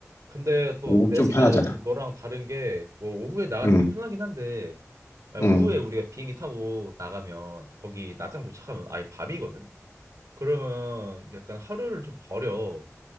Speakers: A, on the right; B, on the left.
A: 근데 또
B: 오후는
A: 내
B: 좀
A: 생각은
B: 편하잖아.
A: 좀 너랑 다른 게 뭐 오후에 나가는
B: 음.
A: 게 편하긴 한데 만약
B: 음,
A: 오후에 우리가 비행기 타고 나가면 거기 낮장 도착하면 아예 밤이거든. 그러면 약간 하루를 좀 버려.